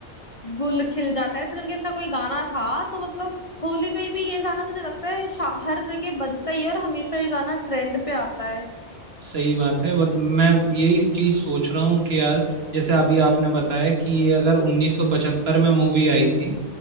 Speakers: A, on the left; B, on the right.
A: गुल खिल जाता है ऐसे करके इसका कोई गाना था तो मतलब होली पे भी ये गाना मुझे लगता है शा- हर जगह बजता ही है और हमेशा ये गाना ट्रेंड पे आता है
B: सही बात है वत- मैं यही चीज सोच रहा हूँ कि यार जैसे अभी आपने बताया कि ये अगर 1975 में मूवी आई थी